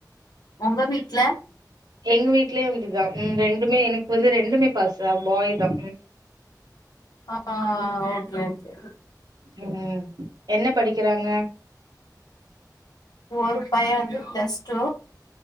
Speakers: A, on the left (about 70°); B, on the right (about 65°).
A: உங்க வீட்ல
B: எங்க வீட்லயு அப்டிதா உம் ரெண்டுமே எனக்கு வந்து ரெண்டுமே பாஸ் பாய் தா உம்
A: ஆஹ்ஹ் ஓ <unintelligible>
B: உம் என்ன படிக்கிறாங்க
A: ஒரு பைய்ய வந்து பிளஸ்டு